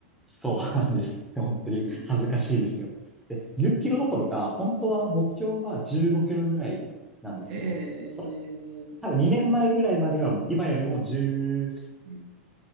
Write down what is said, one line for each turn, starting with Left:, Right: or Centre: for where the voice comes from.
Centre: そうなんです。<laughs> 本当に恥ずかしいですよ。
Right: うん、
Centre: で、10キロどころか、本当は目標は15キロぐらいなんですよ。
Right: うん。へえ。
Centre: それ、多分2年前ぐらいまでは、今よりも10、
Right: うん、